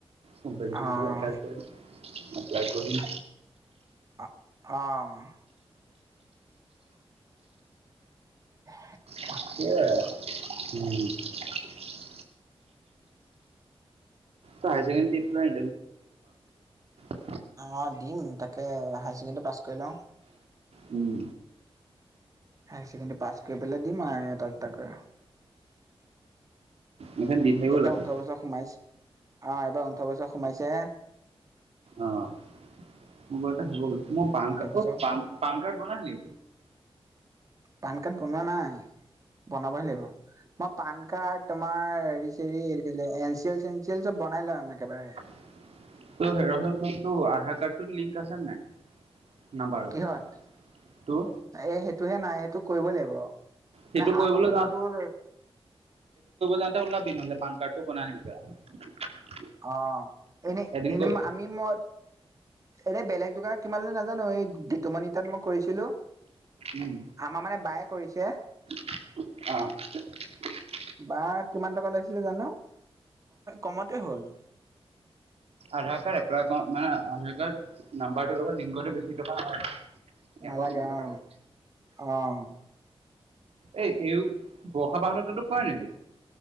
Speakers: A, on the right; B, on the right.
A: <unintelligible>
B: অ',
A: এপ্লাই কৰিম।
B: অ'। <inaudible>
A: <unintelligible> তয় হায়াৰ <unintelligible>
B: অ' দিম তাকে হায় সেকেন্ডাৰি পাছ কৰি লওঁ।
A: উম।
B: হায় সেকেন্ডাৰি পাছ কৰি পেলাই দিম আৰু ইহতক তাকে।
A: এইখন দি থাকিব
B: এবাৰ
A: লাগে
B: ওঠৰ বছৰ সোমাইছে অ' এবাৰ <unintelligible> বছৰ সোমাইছেহে।
A: অঁ <unintelligible> অ' প্যান
B: ওঠৰ
A: কাৰ্ড
B: বছৰ
A: বনালি?
B: প্যান কাৰ্ড বনোৱা নাই। বনাবহে লাগিব মই পান কাৰ্ড তোমাৰ হৰি, চেৰি এনচিল চেনয়িল বনাই লম একেবাৰে।
A: <unintelligible> আধাৰ কাৰ্ডটোৰ লিংক আছে নাই? নাম্বাৰ লগত
B: কিহত
A: তোৰ
B: এ' সেইটোহে নাই সেইটো কৰিবই লাগিব। মানে
A: সেইটো কৰিবলৈ
B: আগৰ ফোনটোৰ
A: যাওঁতে ওলাবি নহলে পান কাৰ্ড ত' বনায় আনিবি। <unintelligible>
B: অ' এনে,
A: এদিন
B: এনে
A: গৈ
B: আমি মই এনে বেলেগ দোকানত কিমানলৈ নাজানো এই গিটুমনিৰটাত মই কৰিছিলো।
A: উম,
B: আমাৰ মানে বায়ে কৰিছে।
A: অ'।
B: বাৰ কিমান টকা লইছিলে জানো কমতে হ'ল।
A: আধাৰ কাৰ্ড এপলাই কৰা মানে আধাৰ কাৰ্ড নামবাৰ তেৰ লগত। <unintelligible>
B: নালাগে
A: এখ কিমান টকা
B: অ
A: হয়।
B: অ'।
A: এই এইও <unintelligible> নেকি?